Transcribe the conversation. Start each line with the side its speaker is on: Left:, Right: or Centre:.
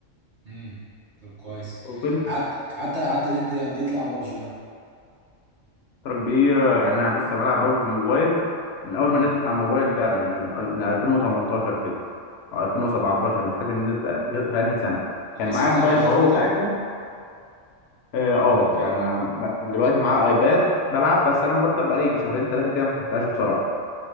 Right: امم طب كويس
Left: يعني
Right: قعدت قعدت قعدت قد ايه قد إيه تلعب بابجي بقى
Left: فترة كبيرة يعني أنا بص أنا بلعب ببجي موبايل من أول
Right: امم
Left: ما نزلت على الموبايل فعلا يعني من أول- من 2018 كده أو 2017 مش فاكر نزلت في, في, في أنهي سنة
Right: اللي
Left: كان معايا
Right: لسه بتلعب
Left: موبايل
Right: لحد
Left: هواوي
Right: دلوقتي
Left: ساعتها أه آه،
Right: ولا بطلت
Left: يعني أنا ب- دلوقتي معايا أيباد بلعب بس أنا مبطل بقالي يجي شهرين ثلاثة كده ما فتحتهاش بصراحة